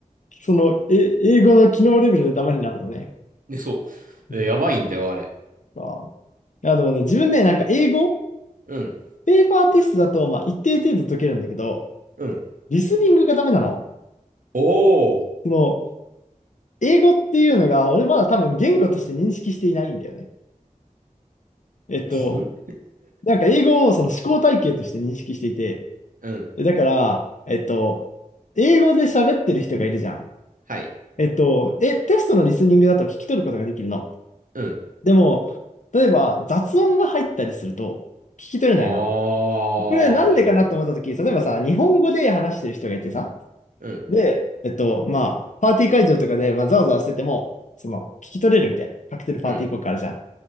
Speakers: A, on the left; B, on the right.
A: その、え、英語の機能レベルでダメになるのね。
B: で、そう。
A: うん。
B: えやばいんだよ、あれ。
A: ああ。いや、でもね、自分ね、なんか英語、
B: うん。
A: ペーパーテストだと、まあ、一定程度解けるんだけど、
B: うん。
A: リスニングがダメなの。
B: おー。
A: その、英語っていうのが、俺まだ多分言語として認識していないんだよね。えっと、
B: ほん <laughs>
A: なんか英語をその思考体系として認識していて、
B: うん。
A: えだから、えっと、英語で喋ってる人がいるじゃん。
B: はい。
A: えっと、え、テストのリスニングだと聞き取ることができるの。
B: うん。
A: でも、例えば雑音が入ったりすると聞き取れないの。
B: ああ、
A: これなんでかなと思った時例えばさ、
B: なるほど。
A: 日本語で話してる人がいてさ、
B: うん。
A: で、えっと、まあ、パーティー会場とかで、まあ、ざわざわしてても、その、聞き取れるみたいな。カクテルパーティー効果あるじゃん。
B: うん。